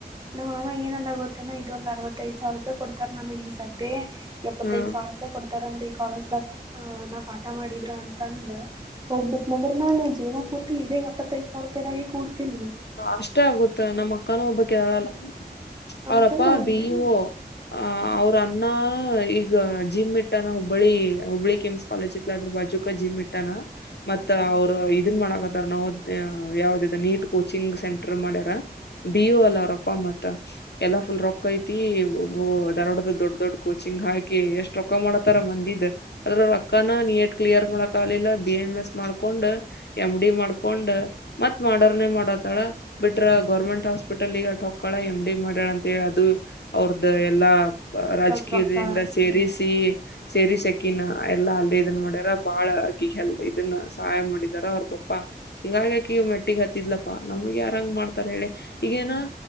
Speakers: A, on the right (about 25°); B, on the left (about 85°).
A: ನಾವ ಏನಂದ ಗೊತ್ತನ ಇದೊಂದ ಅರವತ್ತೈದ ಸಾವಿರ ರೂಪಾಯಿ ಕೊಡ್ತಾರ ನನಗೆ ಈ ಸದೆ ಎಪ್ಪತ್ತೈದು
B: ಹ್ಮ
A: ಸಾವಿರ ಕೊಡ್ತಾರಂತ ಈ ಕಾಲೇಜ್ಾಗ ನಾ ಪಾಠ ಮಾಡಿದ್ರ ಅಂತಂದ ಹೋಗ್ಬಟ್ ನಂದ್ರ ನು ಜೀವನ ಪೂರ್ತಿ ಇ ಇದದೆ ಎಪ್ಪತ್ತೈದು ಸಾವಿರ ರೂಪಾಯದಾಗಾಗಿ ಕೊಡ್ತೀನಿ
B: ಅಷ್ಟೇ ಆಗುತ್ತ ನಮ್ಮ ಅಕ್ಕನೂ ಒಬ್ಬಕ್ದಳಲ್ಲ
A: ಅಂತಂದ
B: ಅವ್ರಪ್ಪಾ
A: ಹೋಗಿದ್ರು
B: ಬಿ ಇ ಓ ಅ
A: ಹ್ಮ್
B: ಅವ್ರ ಅನ್ನ ಈಗ ಜಿಮ್ ಮಿಟ್ಟನ ಹುಬ್ಬಳಿ ಹುಬ್ಬಳಿ ಕೆಮಸ ಕಾಲೇಜಿತ್ಲ ಅ ಆದ್ರ ಬಜುಕ ಜಿಮ್ ಇಟ್ಟಾನ ಮತ್ತ
A: ಹ್ಮ್
B: ಅವರು ಇದನ್ ಮಾಡಕತ್ತಾರ ನಾವ ಯಾವ್ದ ನೀಟ್ ಕೋಚಿಂಗ್ ಸೆಂಟರ್ ಮಾಡ್ಯಾರ ಬೀವ ಎಲ್ಲರೊಪ್ಪ ಮತ್ತ ಎಲ್ಲಾ ಫುಲ್ ರೊಕ್ಕ ಐತಿ ದಧಾರ್ವಾಡದ ದೊಡ್ಡ ದೊಡ್ಡ ಕೋಚಿಂಗ್ ಹಾಕಿ ಎಷ್ಟ್ ರೊಕ್ಕಮಾಡತಾರ ಮಂದಿದ್ ರೆಕಾರ್ಡಿಂಗ್ ಕ್ಲಿಯರ್ ಮಾಡಕ್ಕಾಗ್ಲಿಲ್ಲ ಬಿಎಂಎಸ್ ಮಾಡ್ಕೊಂಡು ಎಂಡಿ ಮಾಡ್ಕೊಂಡು ಮತ್ ಮಾಡೋರ್ನೇ ಮಾಡತ್ತಾಳ ಬಿಟ್ರ ಗೌರ್ಮೆಂಟ್ ಹಾಸ್ಪಿಟಲ್ ಈಗ ಎಂಡಿ ಮಾಡಲ್ಲ ಅಂತ ಹೇಳಿ ಯಾವತ್ತೂ ಎಲ್ಲಾ
A: ಒಂದ್
B: ಯಾಕೆ
A: ಸ್ವಲ್ಪ ರೊಕ್ಕ
B: ಎಲ್ಲ ಸೇರಿಸಿ ಸೇರಿಸಿ ಕಿನ್ನ ಎಲ್ಲಾ ಅಲ್ಲಿ ಇದನ್ ಮಾಡ್ಯಾರ ಬಾಳ್ಕಿಲ್ ಇದನ್ನ ಸಹಾಯ ಮಾಡಿದಾರ ಅವ್ರ ಪಪ್ಪ ಹಿಂಗ ಮೆಟ್ಟಿಗ್ ಹತ್ತಿದ್ಪ್ಪಾ ನಮ್ಗೆ ಯಾರಂಗ್ ಮಾಡ್ತಾರ ಹೇಳಿ ಈಗೇನ
A: ಹ್ಮ್